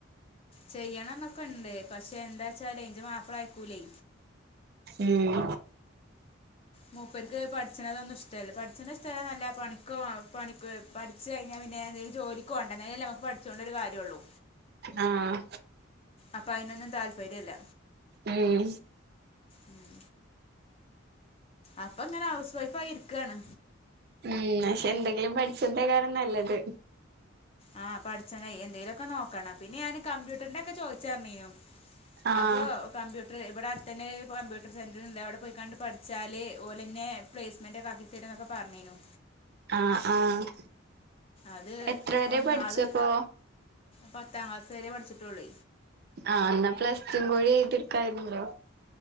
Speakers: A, on the left (about 30°); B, on the right (about 50°).
A: ചെയ്യണം ന്നൊക്കെ ഇണ്ട് പക്ഷെ എന്താ വെച്ചാല് ന്റെ മാപ്പള അയക്കൂലേ
B: ഉം
A: മൂപ്പർക്ക് പഠിച്ചണതൊന്നും ഇഷ്ടല്ല പഠിച്ച്ണെ ഷ് ട്ടല്ല പണിക്കോ പണിക്പോയ് പഠിച്ച് കഴിഞ്ഞാൽ പിന്നെ എന്തെങ്കിലും ജോലി ക്ക് പോണ്ടേ എന്നാലല്ലേ നമക്ക് പഠിച്ചുകൊണ്ടൊരു കാര്യ ഉള്ളൂ
B: ആഹ്
A: അപ്പൊ അതിനൊന്നും താല്പര്യം ഇല്ല
B: ഉം.
A: ഉം അപ്പൊ അങ്ങനെ ഹൗസ് വൈഫ് ആയി ഇരിക്കാണ്
B: ഉം പക്ഷെ എന്തെങ്കിലും പഠിച്ചന്റെ കാര്യാ നല്ലത്
A: ആഹ പഠിച്ചണേ എന്തേലൊക്കെ നോക്കണം പിന്നെ ഞാന് കമ്പ്യൂട്ടറിന്റെറെ ഒക്കെ ചോദിച് അറിഞ്ഞിരുന്ന്
B: ആഹ്
A: അപ്പോ കമ്പ്യൂട്ടർ ഇവിടെ അടുത്തന്നെ കമ്പ്യൂട്ടർ സെന്റർണ്ട് അവിടെ പോയി കണ്ട് പഠിച്ചാൽ ഓല് തന്നെ പ്ലേസ്മെന്റ് ഒക്കെ ആക്കിത്തരുന്നൊക്കെ പറഞ്ഞിരുന്നു.
B: ആഹ് ആഹ്
A: അത്
B: എത്ര വരെ
A: ഒന്ന്
B: പഠിച്ചപ്പോ
A: അത് പത്താം ക്ലാസ് വരെ പഠിച്ചിട്ടൊളളു
B: ആഹ് എന്നാ പ്ലസ്ടും കൂടി ഇട്കായിരുന്ന്ല്ലോ